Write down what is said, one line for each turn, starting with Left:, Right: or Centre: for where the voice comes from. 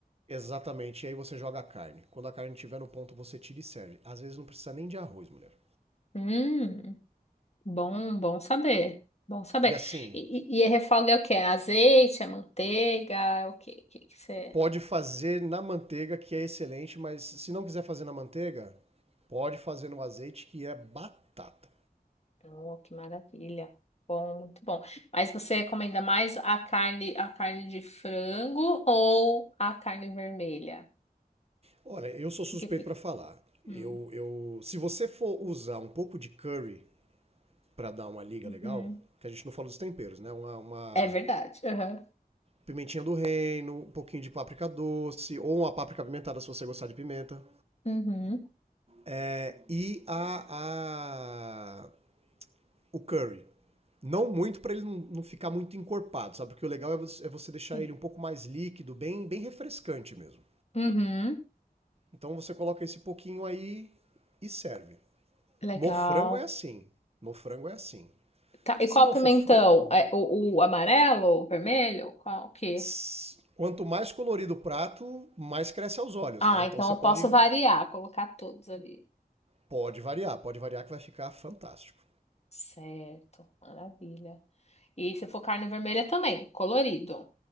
Right: exatamente. E aí você joga a carne. Quando a carne estiver no ponto, você tira e serve. Às vezes não precisa nem de arroz, mulher.
Left: Hum. Bom, bom saber. Bom saber.
Right: E assim,
Left: E, e, e a refoga é o quê? É azeite, é manteiga, é o quê? que que você...
Right: pode fazer na manteiga, que é excelente, mas se não quiser fazer na manteiga, pode fazer no azeite, que é batata.
Left: Oh, que maravilha. Bom, muito bom. Mas você recomenda mais a carne, a carne de frango ou a carne vermelha?
Right: Olha, eu sou
Left: O que
Right: suspeito
Left: que fica?
Right: para falar. Eu,
Left: Hum,
Right: eu, se você for usar um pouco de curry para dar uma liga
Left: uhum.
Right: legal, que a gente não fala dos temperos, né? Uma, uma
Left: É verdade. Uhum.
Right: pimentinha do reino, um pouquinho de páprica doce, ou uma páprica pimentada se você gostar de pimenta.
Left: Uhum.
Right: É, e a, a o curry. Não muito para ele não, não ficar muito encorpado, sabe? Porque o legal é você, é você deixar
Left: Sim.
Right: ele um pouco mais líquido, bem, bem refrescante mesmo.
Left: Uhum.
Right: Então você coloca esse pouquinho aí e serve.
Left: Legal.
Right: No frango é assim. No frango é assim.
Left: Tá, e
Right: Se
Left: qual
Right: não
Left: pimentão?
Right: for frango,
Left: É o, o amarelo, o vermelho? Qual que?
Right: s- quanto mais colorido o prato, mais cresce aos olhos,
Left: Ah,
Right: né? Então
Left: então
Right: você
Left: eu
Right: pode,
Left: posso variar, colocar todos ali.
Right: pode variar, pode variar que vai ficar fantástico.
Left: Certo, maravilha. E se for carne vermelha também, colorido.